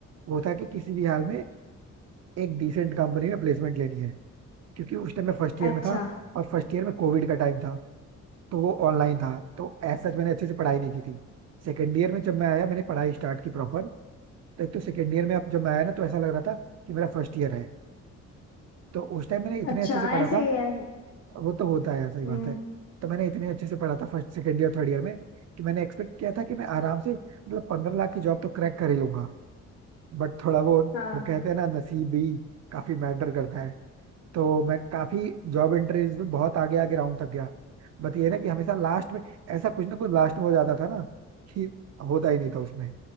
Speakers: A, on the right (about 55°); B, on the left (about 55°).
A: वो था कि किसी भी हाल में एक डिसेंट कंपनी में प्लेसमेंट लेनी है क्योंकि उस टाइम मैं फर्स्ट ईयर
B: अच्छा
A: में था और फर्स्ट ईयर में कोविड का टाइम था तो वो ऑनलाइन था तो ऐसा मैंने अच्छे से पढ़ाई नहीं की थी सेकेंड ईयर में जब मैं आया मैंने पढ़ाई स्टार्ट की प्रॉपर तो एक तो सेकेंड ईयर में अब जब मैं आया ना तो ऐसा लग रहा था कि मेरा फर्स्ट ईयर है तो उस टाइम मैंने इतने
B: अच्छा
A: अच्छे से पढ़ा
B: ऐसे
A: था
B: ही है
A: वो तो होता है सही बात
B: हम्म
A: है तो मैंने इतने अच्छे से पढ़ा था first second year third year में कि मैंने एक्सपेक्ट किया था कि मैं आराम से मतलब पंद्रह लाख की जॉब तो क्रैक कर ही लूंगा बट थोड़ा वो
B: हाँ
A: वो कहते हैं ना नसीब भी काफी मैटर करता है तो मैं काफी जॉब इंटरव्यूज में बहुत आगे आगे राउंड तक गया बट ये ना कि हमेशा लास्ट में ऐसा कुछ ना कुछ लास्ट में हो जाता था ना कि होता ही नहीं था उसमें